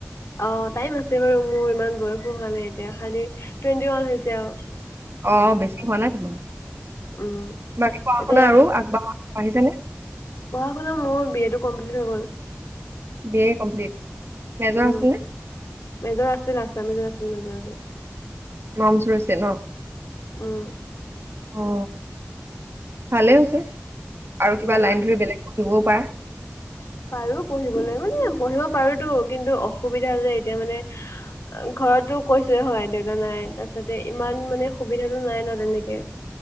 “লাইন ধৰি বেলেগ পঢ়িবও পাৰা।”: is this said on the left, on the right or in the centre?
Right